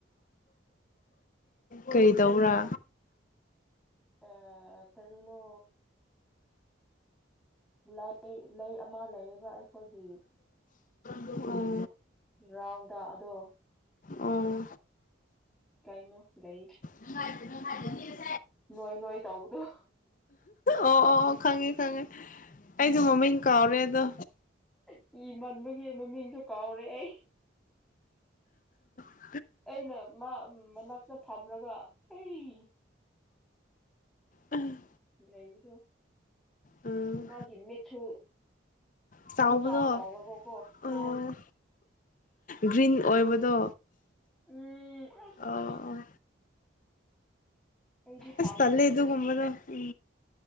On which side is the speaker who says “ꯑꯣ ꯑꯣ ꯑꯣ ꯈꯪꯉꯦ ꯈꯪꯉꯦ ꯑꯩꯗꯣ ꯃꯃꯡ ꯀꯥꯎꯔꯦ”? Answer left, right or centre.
Left